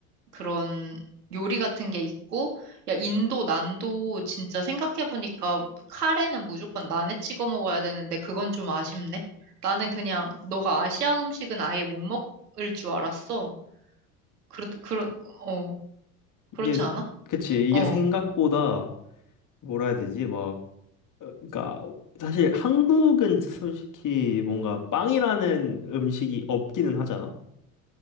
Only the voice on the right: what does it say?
그런 요리 같은 게 있고, 야, 인도, 난도 진짜 생각해보니까 카레는 무조건 난에 찍어 먹어야 되는데 그건 좀 아쉽네. 나는 그냥 너가 아시아 음식은 아예 못 먹을 줄 알았어. 그렇, 그런, 어, 그렇지
않아?
어,